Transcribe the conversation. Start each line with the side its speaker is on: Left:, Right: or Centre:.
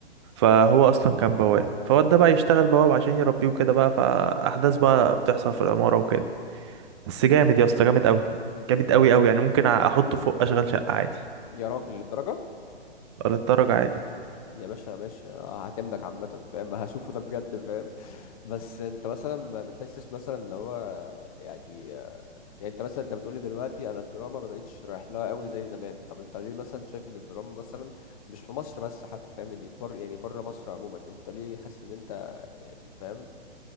Right: فهو اصلا كان بواب فالواد ده بقى يشتغل بواب عشان يربيه وكده بقى فاحداث بقى بتحصل في العمارة وكده بس جامد يا اسطى جامد قوي جامد قوي قوي يعني ممكن احطه فوق اشغال شقة عادي
Left: يا راجل للدرجه
Right: للدرجة عادي
Left: يا باشا ماشي هعتمدك عامة فاهم هشوفه ده بجد فاهم بس انت مثلا ما بتحسش مثلا ان هو يعني يعني انت مثلا انت بتقولي دلوقتي انا الدراما ما بقتش رايح لها قوي زي زمان طب انت ليه مثلا شايف ان الدراما مثلا مش في مصر بس حتى فاهم يعني بر يعني بره مصر عموما انت ليه حاسس ان انت يعني فاهم